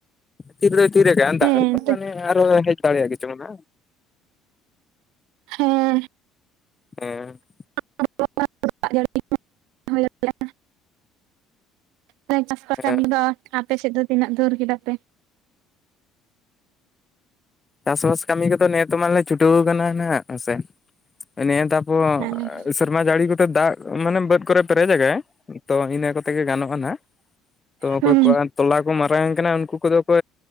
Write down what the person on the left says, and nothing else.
ᱛᱤᱱ ᱨᱮ ᱛᱤᱨᱮ ᱜᱮ
ᱫᱟᱜ ᱢᱟᱱᱮ ᱟᱨᱚ ᱦᱮᱡ ᱫᱟᱲᱮᱭᱟᱜ ᱜᱮᱪᱚᱝ ᱦᱟᱸᱜ ᱾
ᱦᱮᱸ ᱼᱼ
ᱦᱮᱸ
ᱪᱟᱥᱵᱟᱥ ᱠᱟᱹᱢᱤ ᱠᱚᱫᱚ ᱱᱮᱛ ᱢᱟᱞᱮ ᱪᱷᱩᱴᱟᱹᱣ ᱠᱟᱱᱟ ᱦᱟᱸᱜ ᱦᱮᱥᱮ ᱾ ᱱᱮ ᱛᱟᱯᱚᱨ
ᱥᱮᱨᱢᱟ ᱡᱟᱹᱲᱤ ᱠᱚᱛᱮ ᱫᱟᱜ ᱢᱟᱱᱮ ᱵᱟᱹᱫᱽ ᱠᱚᱨᱮ ᱯᱮᱨᱮᱡ ᱮᱜᱮ ᱾ ᱛᱚ ᱤᱱᱟᱹ ᱠᱚᱛᱮ ᱜᱮ ᱜᱟᱱᱚᱜᱼᱟ ᱱᱟᱜ ᱛᱚ ᱚᱠᱚᱭ
ᱠᱚᱣᱟᱜ ᱼᱼ ᱛᱚᱞᱟ ᱠᱚ ᱢᱟᱨᱟᱝ ᱠᱟᱱᱟ ᱩᱱᱠᱩ ᱠᱚᱫᱚ ᱠᱚ